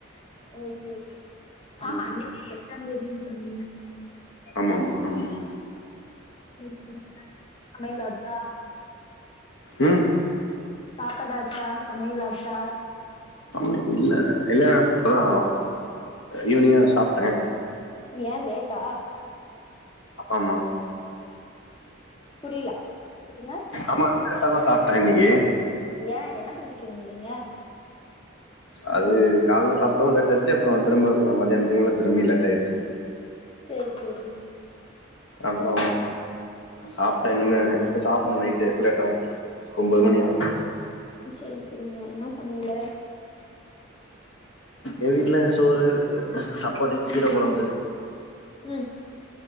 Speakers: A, on the left; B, on the left.
A: ஓகே ஓகே ஆமா
B: ம்
A: அன்னைக்கி எட்டாதேதின்னு சொன்னீங்க
B: ஆமா ஆமா அஹ்
A: செரி செரிங்க சமையலாச்சா
B: உம்
A: சாப்பாடாச்சா சமையலாச்சா
B: அம்மாயில்ல இல்ல இப்பதா ஈவினிங்தா சாப்ட்டே
A: ஏ லேட்டா
B: அப்பா அம்மா
A: புரியல எப்டி சொன்ன
B: ஆமா கரெட்டா தா சாப்டே இன்னக்கி
A: ஏன் என்ன பண்ணிட்டுருந்தீங்க
B: அது கால்ல சாப்டவு லேட் ஆயிச் அப்றோ திரும்ப அப்றோ மத்தியான்த்து மேல திரும்பி லேட் ஆயிருச்சி
A: சேரி சேரி
B: அப்றோ சாப்ட்டே இன்னிமே இப்ப சாப்ணு நைட்டு ல லேட்டாவு ஒம்பது மணி ஆகு
A: செர் செரிங்க என்ன சமையலு
B: எ வீட்ல சோறு சாப்பாடு கீர குழம்பு
A: ம்